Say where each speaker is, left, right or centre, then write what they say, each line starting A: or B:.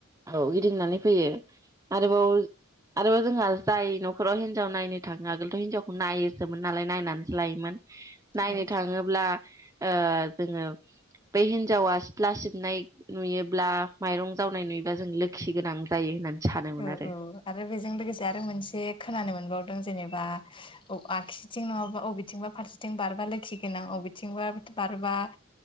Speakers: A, on the right (about 15°); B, on the left (about 25°).
A: औ गिदिंनानै फैयो। आरोबाव आरोबाव जोंहा जाय नखराव हिनजाव नायनो थाङो। आगोलथ हिनजावखौ नायोसोमोन नालाय नायनानैसो लायोमोन। नायनो
B: औ
A: थाङोब्ला ओ जोङो बै हिनजावा सिथ्ला सिबनाय नुयोब्ला माइरं जावनाय नुयो दा जों लोखि गोनां जायो होननानै
B: औ
A: आरो।
B: औ आरो बेजों लोगोसे आरो मोनसे खोनानो मोनबाव जेनेबा आगसिथिं नङाबा बबेथिंबा फारसेथिं बारबा लोखि गोनां बबेथिंबा बारबा